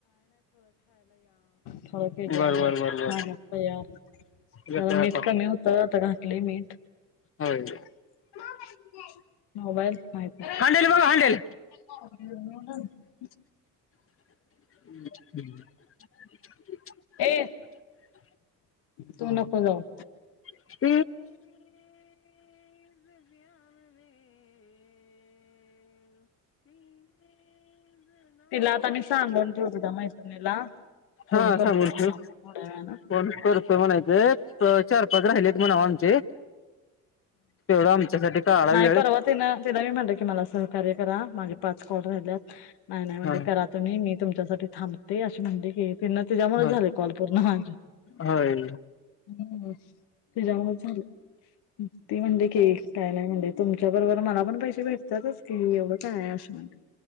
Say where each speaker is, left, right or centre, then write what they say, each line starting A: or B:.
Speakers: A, on the left (about 55°); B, on the left (about 30°).
A: थोड केलय
B: बर
A: झाल्यात
B: बर बर बर
A: तैयार
B: येतोय
A: जरा
B: आता
A: मीठ कमी होतं आता घातलना घातलं मीठ
B: होय.
A: मोबाईल माहित नाही.
B: हांडेल बघा हांडेल
A: <unintelligible> <unintelligible>
B: <unintelligible>
A: ए तू नको जाऊ.
B: <unintelligible> <unintelligible> <unintelligible>
A: तिला आता मी सांगून ठेवतो त्या मैत्रिणीला फोन
B: हा
A: करतो
B: सांगून
A: पुन्हा
B: ठेव
A: थोड्या वेळानं
B: फोन करतो. होय, म्हणायचंय चार पाच राहिलेत म्हणावं आमचे. तेवढं आमच्यासाठी काढा वेळ
A: नाही परवा तिनं तिला मी म्हटलं की मला सहकार्य करा. मागे पाच काॅल राहिल्यात -‍- नाही नाही म्हटली,
B: हा
A: करा तुम्ही मी तुमच्यासाठी थांबते अशी म्हणली कि ती तिच्यामुळेच
B: हा
A: झाले कॉल पूर्ण माझे.
B: होय.
A: हम तिझ्यामुळंचं झालं. ती म्हणली कि काय नाही म्हणली, तुमच्या बरोबर मला पण पैसे भेटतातच की, एवढं काय आहे अशी म्हणली‌.